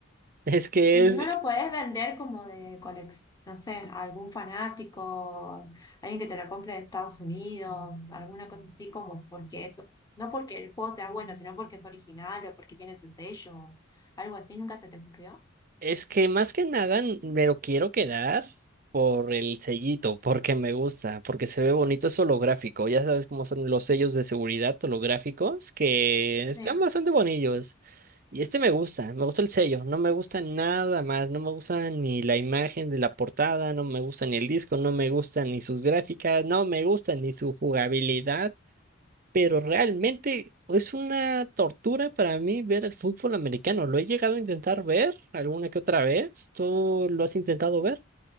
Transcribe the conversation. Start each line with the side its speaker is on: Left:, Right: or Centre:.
Right: Es que
Left: Y
Right: es,
Left: no lo podés vender como de colección, no sé, a algún fanático, alguien que te lo compre de Estados Unidos, alguna cosa así como porque eso, no porque el juego sea bueno, sino porque es original o porque tiene ese sello, algo así, nunca se te ocurrió.
Right: es que más que nada n- me lo quiero quedar por el sellito, porque me gusta, porque se ve bonito, es holográfico. Ya sabes cómo son los sellos de seguridad holográficos, que
Left: Sí.
Right: están bastante bonillos. Y este me gusta, me gusta el sello, no me gusta nada más, no me gusta ni la imagen de la portada, no me gusta ni el disco, no me gusta ni sus gráficas, no me gusta ni su jugabilidad. pero realmente es una tortura para mí ver el fútbol americano. Lo he llegado a intentar ver alguna que otra vez. ¿Tú lo has intentado ver?